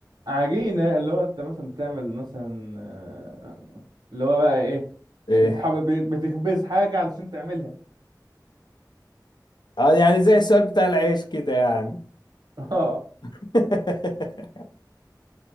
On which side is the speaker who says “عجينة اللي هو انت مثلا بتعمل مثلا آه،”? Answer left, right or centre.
Right